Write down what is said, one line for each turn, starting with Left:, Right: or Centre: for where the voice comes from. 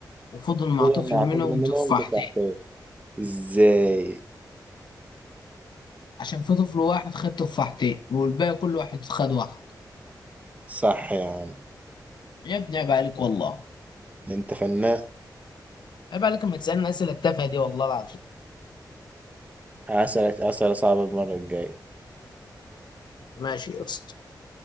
Left: وفضل مع
Right: فضل
Left: طفل
Right: مع
Left: منهم
Right: طفل منهم
Left: تفاحتين
Right: تفاحتين ازاي
Left: عشان في طفل واحد خد تفاحتين والباقي كل واحد خد واحد
Right: صح يا عم
Left: يا ابني عيب عليك والله
Right: انت فنان
Left: عيب عليك لما تسألني أسئلة التافهة دي والله العظيم
Right: هسألك اسئله صعبه المره الجايه
Left: ماشي يا اسطى